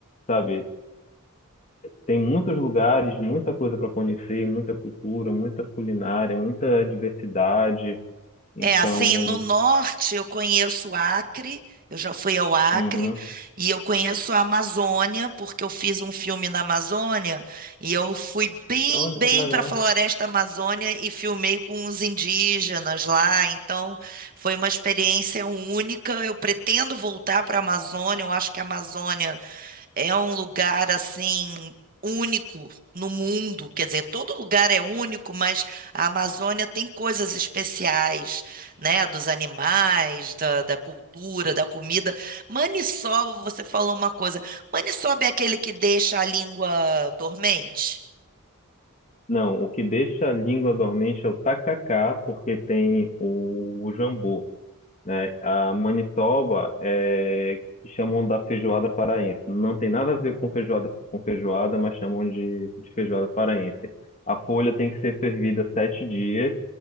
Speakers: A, on the left; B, on the right.
A: sabe, tem muitos lugares, muita coisa para conhecer, muita cultura, muita culinária, muita diversidade. Então,
B: É, assim, no norte eu conheço o Acre, eu já fui ao Acre,
A: uhum.
B: e eu conheço a Amazônia, porque eu fiz um filme na Amazônia, e eu fui bem,
A: Olha
B: bem
A: que legal.
B: para a Floresta Amazônia e filmei com os indígenas lá, então foi uma experiência única. Eu pretendo voltar para a Amazônia, eu acho que a Amazônia é um lugar assim único no mundo, quer dizer, todo lugar é único, mas a Amazônia tem coisas especiais, né, dos animais, da, da cultura, da comida. Maniçoba, você falou uma coisa. Maniçoba é aquele que deixa a língua dormente?
A: Não, o que deixa a língua dormente é o tacacá, porque tem o, o jambu, né? A maniçoba é que chamam da feijoada paraense. Não tem nada a ver com feijoada com feijoada, mas chamam de, de feijoada paraense. A folha tem que ser fervida sete dias,